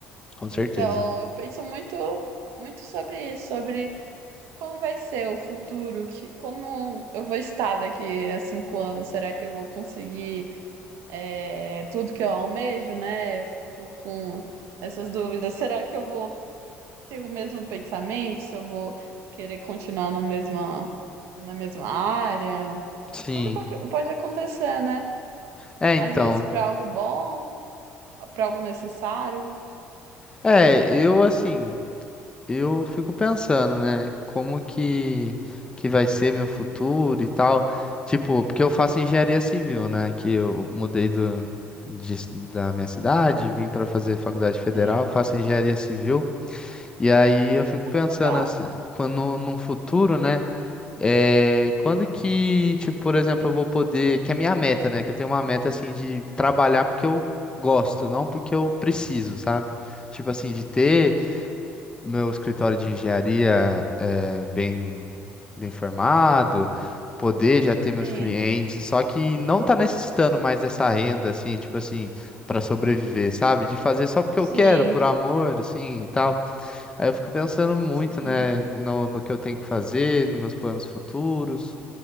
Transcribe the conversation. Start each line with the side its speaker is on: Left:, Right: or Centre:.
Left: com certeza.
Right: Então, eu penso muito, muito sobre isso, sobre Como vai ser o futuro? Que, como eu vou estar daqui a cinco anos? Será que eu vou conseguir é, tudo que eu almejo, né? Eu fico com essas dúvidas. Será que eu vou ter o mesmo pensamento? Se eu vou querer continuar no mesma, na mesma área?
Left: Sim.
Right: Tudo po- pode acontecer, né?
Left: É,
Right: Às
Left: então.
Right: vezes para algo bom, para algo necessário.
Left: É, eu assim, eu fico pensando, né, como que que vai ser meu futuro e tal. Tipo, porque eu faço engenharia civil, né, que eu mudei do, de da minha cidade, vim para fazer faculdade
Right: Sim,
Left: federal, faço engenharia civil. E aí eu fico pensando
Right: legal.
Left: assim, quando num futuro, né, é, quando que, tipo, por exemplo, eu vou poder, que é a minha meta, né, que eu tenho uma meta assim de trabalhar porque eu gosto, não porque eu preciso, sabe? Tipo assim, de ter meu escritório de engenharia é bem, bem formado, poder já ter meus
Right: Sim,
Left: clientes, só que não tá necessitando mais dessa renda, assim, tipo assim, para sobreviver, sabe? De fazer só porque
Right: sim,
Left: eu quero, por amor, assim, e tal. Aí eu fico pensando muito,
Right: sim.
Left: né, no, no que eu tenho que fazer, nos meus planos futuros